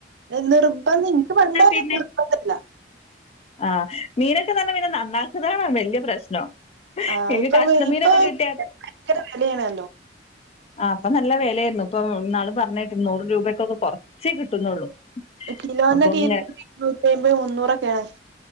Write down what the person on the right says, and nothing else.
നിർബ നിന്ക്ക് പണ്ടെ
നിർബന്ധല്ല.
ആ
ഇപ്പൊ
ഇപ്പൊ
ഭയങ്കര വിലയാണല്ലോ
കിലോന്നൊക്കെ
ഇരുന്നൂറ്റായമ്പത് മുന്നൂറൊക്കെയായിരുന്നു.